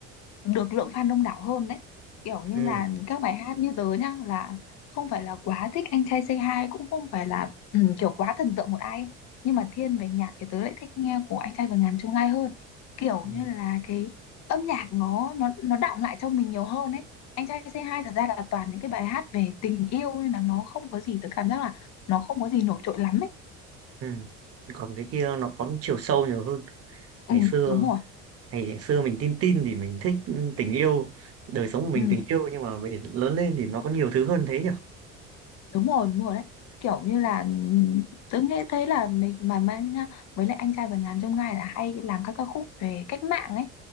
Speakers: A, on the left; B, on the right.
A: được lượng fan đông đảo hơn đấy kiểu như
B: ừ.
A: là các bài hát như tớ nhá là không phải là quá thích anh trai Say Hi cũng không phải là ừ, kiểu quá thần tượng một ai nhưng mà thiên về nhạc thì tớ lại thích nghe của anh trai vượt ngàn chông gai hơn kiểu
B: ừ.
A: như là cái âm nhạc nó nó nó đọng lại trong mình nhiều hơn ấy anh trai Say Hi thật ra là toàn những cái bài hát về tình yêu nên là nó không có gì tớ cảm giác là nó không có gì nổi trội lắm ấy
B: ừ. còn cái kia nó có chiều sâu nhiều hơn
A: ừ
B: ngày xưa
A: đúng rồi
B: ngày, ngày xưa mình tin tin thì mình thích tình yêu đời sống của mình
A: ừ
B: tình yêu nhưng mà về lớn lên thì nó có nhiều thứ hơn thế nhỉ
A: đúng rồi đúng rồi đấy kiểu như là ừm, tớ nghe thấy là mình mà mà nha với lại anh trai vượt ngàn chông gai là hay làm các ca khúc về cách mạng ấy